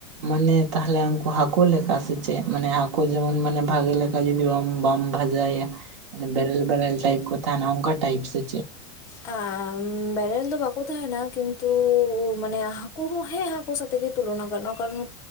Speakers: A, on the right; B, on the left.
A: ᱢᱟᱱᱮ ᱛᱟᱦᱚᱞᱮ ᱩᱱᱠᱳ ᱦᱟᱹᱠᱳ ᱞᱮᱠᱟ ᱥᱮ ᱪᱮᱫ? ᱢᱟᱱᱮ ᱦᱠᱳ ᱡᱮᱢᱚᱱ ᱢᱟᱱᱮ ᱵᱷᱟᱜᱮ ᱞᱮᱠᱟ ᱡᱩᱫᱤ ᱵᱟᱢ ᱵᱟᱢ ᱵᱷᱟᱡᱷᱟᱭ ᱭᱟ ᱚᱱᱮ ᱵᱮᱨᱮᱞ ᱵᱮᱨᱮᱞ ᱴᱟᱭᱤᱯ ᱠᱚ ᱛᱟᱦᱮᱸᱱᱟ ᱚᱱᱠᱟ ᱴᱟᱭᱤᱯ ᱥᱮ ᱪᱮᱫ?
B: ᱟᱨ ᱵᱮᱨᱮᱞ ᱫᱚ ᱵᱟᱠᱚ ᱛᱟᱦᱮᱸᱱᱟ ᱠᱤᱱᱛᱩ ᱢᱟᱱᱮ ᱩᱱᱠᱩ ᱦᱚᱸ ᱦᱮᱸ ᱦᱟᱹᱠᱩ ᱥᱟᱛᱮ ᱜᱮ ᱛᱩᱞᱚᱱᱟ ᱜᱟᱱᱚᱜᱼᱟ, ᱠᱟᱨᱚᱱ